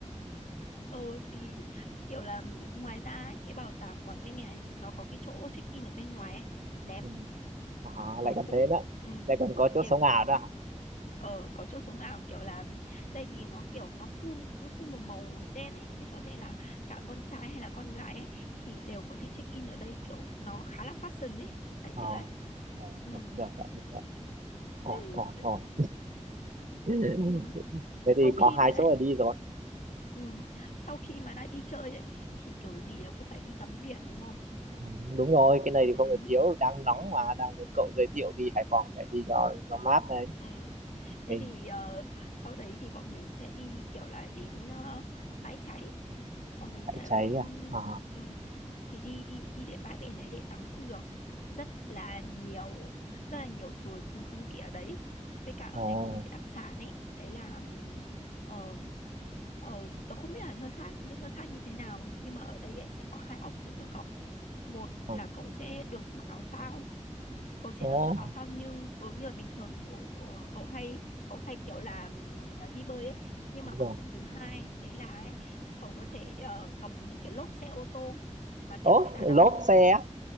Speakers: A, on the left; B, on the right.
A: ừ thì kiểu là ngoài ra ấy, cái bảo tàng Quảng Ninh này, này nó có cái chỗ check in ở bên ngoài ấy đẹp
B: Ừ. À,
A: ừ
B: lại còn
A: cũng
B: thế nữa.
A: ừ
B: Lại còn có chỗ
A: kiểu
B: sống ảo nữa. à?
A: ờ có chỗ sống ảo kiểu là tại vì nó kiểu nó phun nó phun một màu đen ấy thế cho nên là cả con trai hay là con gái ấy thì đều có thể check in ở đây kiểu nó khá là fashion ấy đấy
B: Ờ.
A: kiểu đấy ừ
B: được, được đấy, được đấy. Ổn,
A: <laughs>
B: ổn, ổn. <laughs>
A: ừ
B: Thế
A: sau
B: thì có
A: khi
B: hai
A: mà đã
B: chỗ là đi rồi.
A: Ừ. Sau khi mà đã đi chơi ấy thì kiểu gì là cũng phải đi tắm biển đúng không?
B: Ừ, Đúng rồi, cái này thì
A: Ừ.
B: không được thiếu. Đang nóng mà, đang muốn cậu giới thiệu đi Hải Phòng để đi cho cho mát đấy.
A: Ừ. Thế
B: Mình
A: thì ờ, sau đấy thì bọn mình sẽ đi kiểu là đến ờ, bãi cháy, bọn mình
B: phải
A: sẽ
B: cháy à? À.
A: um, thì đi đi đi đến bãi biển đấy để tắm cũng được rất là nhiều rất là nhiều thứ thứ thú vị ở đấy với cả ở
B: Ồ,
A: đấy có một cái đặc sản ấy đấy là ừm, ờ, ờ, tôi không biết là nơi khác những nơi khác như thế nào nhưng mà ở đây ấy, sẽ có hai option cho cậu một
B: ồ,
A: là cậu sẽ được mặc áo phao cậu sẽ
B: ồ,
A: lựa chọn áo phao như ừ, như là bình thường cậu, cậu cậu hay cậu hay kiểu là ừm, đi bơi ấy nhưng
B: đúng
A: mà
B: rồi.
A: option thứ hai đấy là ấy, cậu có thể ờ, cầm những cái lốp xe ô tô mà
B: Ố,
A: kiểu người ta đã
B: lốp
A: bơm
B: xe á.